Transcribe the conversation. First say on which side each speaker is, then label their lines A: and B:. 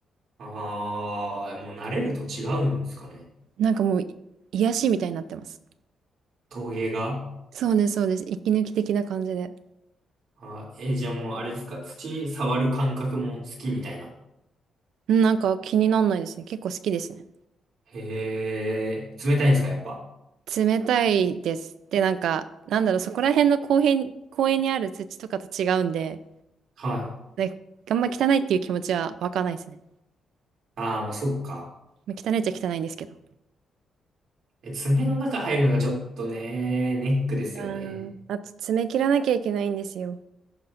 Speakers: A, on the right (about 55°); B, on the right (about 75°).
A: ああ、もう慣れると違うんですかね。
B: なんかもう癒しみたいになってます。
A: 陶芸が。
B: そうです、そうです。息抜き的な感じで。
A: あー、え、じゃあもうあれですか、土触る感覚も好きみたいな。
B: うんなんか気になんないですね。結構好きですね。
A: へえ、冷たいんですか、やっぱ。
B: 冷たいです。で、なんか、なんだろう、そこら辺の公園、公園にある土とかと違うんで、
A: はい。
B: なんかあんま汚いっていう気持ちは湧かないですね。
A: ああ、まあそっか。
B: まあ汚いっちゃ汚いんですけど。
A: え、爪の中入るのがちょっとね、ネックですよね。
B: あーあと、爪切らなきゃいけないんですよ。